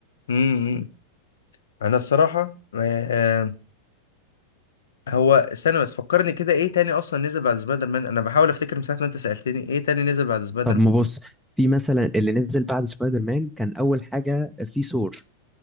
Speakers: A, on the left (about 65°); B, in the centre.
A: امم انا الصراحه آه هو استنى بس فكرني كده ايه تاني اصلا نزل بعد سبايدر مان انا بحاول افتكر من ساعه ما انت سالتني ايه تاني نزل بعد سبايدر
B: طب ما بص في مثلا اللي نزل بعد سبايدر مان كان اول حاجه في ثور